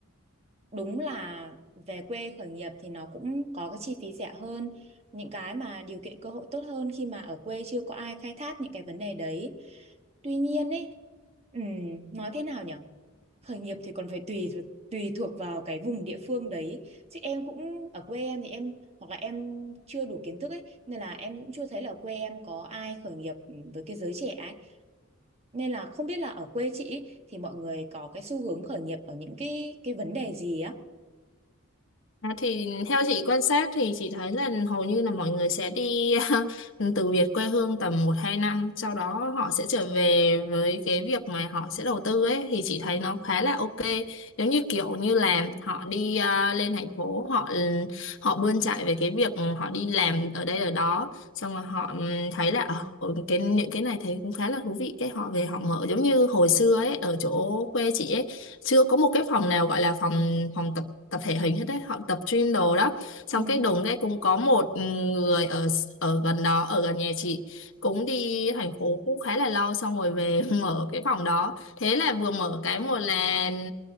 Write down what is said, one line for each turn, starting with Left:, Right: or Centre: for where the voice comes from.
Right: đúng là về quê khởi nghiệp thì nó cũng có cái chi phí rẻ hơn, những cái mà điều kiện cơ hội tốt hơn khi mà ở quê chưa có ai khai thác những cái vấn đề đấy. Tuy nhiên ấy, ừm, nói thế nào nhỉ? Khởi nghiệp thì còn phải tùy thuộc- tùy thuộc vào cái vùng địa phương đấy. Chứ em cũng ở quê em thì em hoặc là em chưa đủ kiến thức ấy nên là em cũng chưa thấy là quê em có ai khởi nghiệp với cái giới trẻ ấy nên là không biết là ở quê chị ý, thì mọi người có cái xu hướng khởi nghiệp ở những cái cái vấn đề gì á?
Left: À, thì theo chị quan sát thì chị thấy là hầu như là mọi người sẽ đi <laughs> từ Việt quê hương tầm một hai năm sau đó họ sẽ trở về với cái việc mà họ sẽ đầu tư ấy thì chị thấy nó khá là ok giống như kiểu như là họ đi à, lên thành phố họ họ bươn chải về cái việc họ đi làm ở đây ở đó xong rồi họ ừm, thấy là ờ, ừ, cái những cái này thấy cũng khá là thú vị cái họ về họ mở giống như hồi xưa ấy ở chỗ quê chị ấy chưa có một cái phòng nào gọi là phòng phòng tập tập thể hình hết đấy họ tập gym đồ đó xong
Right: Ừ.
Left: cái đùng
Right: Vâng.
Left: cái cũng có một người ở ở gần đó ở gần nhà chị cũng đi thành phố cũng khá là lâu xong rồi về <laughs> mở cái phòng đó thế là vừa mở cái một là